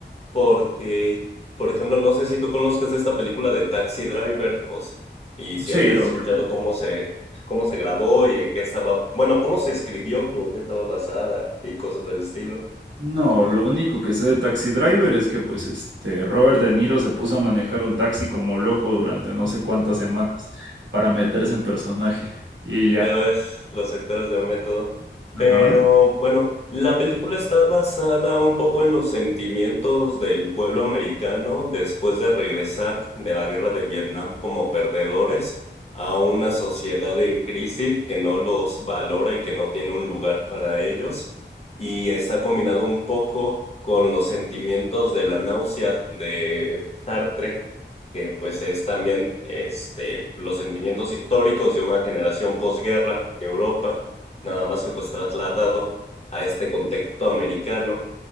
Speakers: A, on the left (about 35°); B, on the right (about 90°).
A: Porque, por ejemplo, no sé si tú conozcas esta película de Taxi Driver o s- y si
B: Sí,
A: hayas
B: obviamente.
A: escuchado cómo se, cómo se grabó y en qué estaba, bueno, cómo se escribió y en qué estaba basada y cosas del estilo.
B: No, lo único que sé de Taxi Driver es que pues este Robert De Niro se puso a manejar un taxi como loco durante no sé cuántas semanas para meterse en personaje y ya.
A: Ya ves, los actores de método. Pero
B: Ajá.
A: bueno, la película está basada un poco en los sentimientos del pueblo americano después de regresar de la guerra de Vietnam como perdedores a una sociedad en crisis que no los valora y que no tiene un lugar para ellos. Y está combinado un poco con los sentimientos de la náusea de Sartre que pues es también este, los sentimientos históricos de una generación posguerra en Europa, nada más que pues trasladado a este contexto americano.